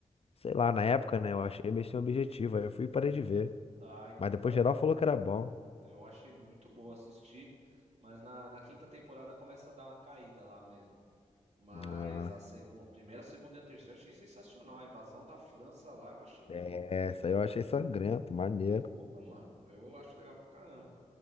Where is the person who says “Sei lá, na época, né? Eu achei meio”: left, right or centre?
Left